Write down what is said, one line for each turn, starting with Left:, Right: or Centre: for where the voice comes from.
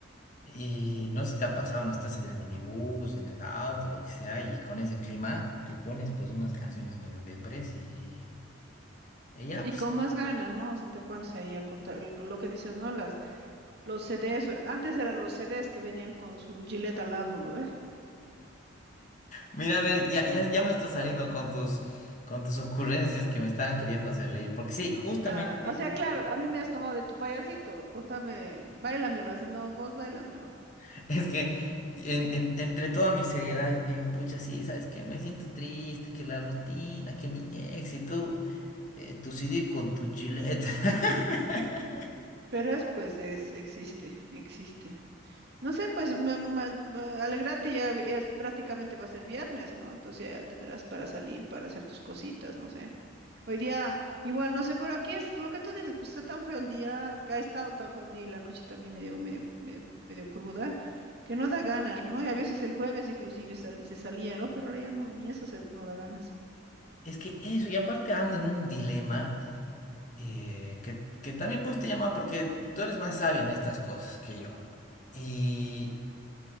Left: Y no sé si te ha pasado, no estás en el minibús, en el auto, lo que sea, y con ese clima te pones pues unas canciones medio depres y, y ya,
Right: Y
Left: pues,
Right: con más ganas, ¿no? O sea, te pones ahí a cortar el- lo que dices, ¿no? Las, los CDs, eh, antes eran los CDs que venían con su Gillette al lado, ¿lo ve?
Left: mira, a ver, ya, ya, ya me estás saliendo con tus, con tus ocurrencias que me están queriendo hacer reír, porque sí, justamente
Right: Ah, o sea, claro, a mí me has tomado de tu payasito, cortame, báilamelo, así, no, vos báilamelo.
Left: <laughs> es que en- en- entre toda mi seriedad yo te digo, pucha, sí, ¿sabes qué? Me siento triste, que la rutina, que mi ex y tú, eh, tu CD con tu Gillette. <laughs>
Right: Pero es, pues, es, existe, existe. No sé, pues, me, me- me- alegrate, ya ya es, prácticamente va a ser viernes, ¿no? Entonces ya tendrás para salir, para hacer tus cositas, no sé. Hoy día, igual, no sé, pero aquí es lo que tú dices, pues está tan feo el día, que ha estado tan feo el día y la noche también medio, medio, medio, medio cruda, que no da ganas, ¿no? Y a veces el jueves inclusive sal- se salía, ¿no? Pero ahora ya no, ni eso se, no da ganas.
Left: Es que eso, y aparte ando en un dilema. eh, que, que también pues te llamaba porque tú eres más sabia en estas cosas que yo. Y